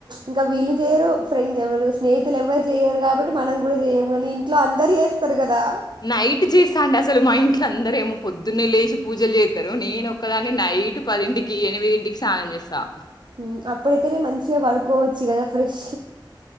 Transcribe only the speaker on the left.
నైట్ చేస్తా అండి అసలు మా ఇంట్ల అందర ఏమో పొద్దున్నే లేచి పూజలు చేస్తారు. నేను ఒకక్కదాన్ని నైట్ పదింటికి, ఎనిమిదింటికి స్నానం చేస్తాను.